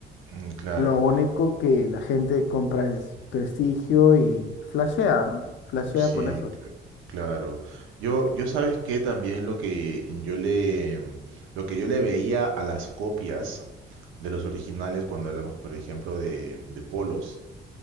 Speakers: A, on the right; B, on the left.
A: Mm, Claro,
B: Lo único que la gente compra es prestigio y flashea, ¿no? Flashea
A: sí,
B: con eso.
A: cl- claro. Yo, yo sabes que también lo que yo le, lo que yo le veía a las copias de los originales cuando hablamos, por ejemplo, de, de polos,